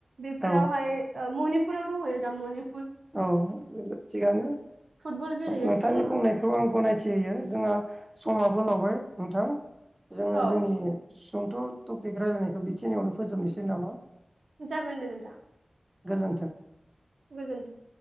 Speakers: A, on the right; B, on the right.
A: बेफोरावहाय
B: औ
A: ओ मा पुराव दंहैयो दा मानि
B: औ थिगानो
A: फुटबल गेलेयो
B: नोंथांनि
A: बिथाङा
B: बुंनायखौ आं गनायथि होयो जोंहा समाव लावबाय नोंथां जोङो
A: औ
B: जोंनि सुंथ टपिक रायजलायनायखौ बेखिनियावनो फोजोबनोसै नामा?
A: जागोन दे नोंथां।
B: गोजोन्थों।
A: गोजोनथों।